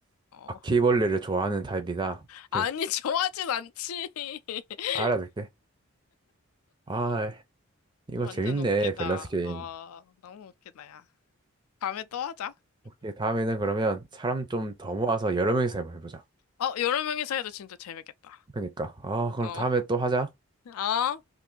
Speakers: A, on the left; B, on the right.
A: 어.
B: 바퀴벌레를 좋아하는 타입이다. 오케이.
A: 아니, 좋아하진 않지. <laughs>
B: 알아둘게. 아, 이거
A: 완전
B: 재밌네,
A: 웃기다.
B: 밸런스 게임.
A: 어, 너무 웃기다, 야. 다음에 또 하자.
B: 오케이, 다음에는 그러면 사람 좀 더 모아서 여러 명이서 한번 해보자.
A: 어, 여러 명이서 해도 진짜 재밌겠다.
B: 그러니까. 아, 그럼
A: 어.
B: 다음에 또 하자.
A: 어?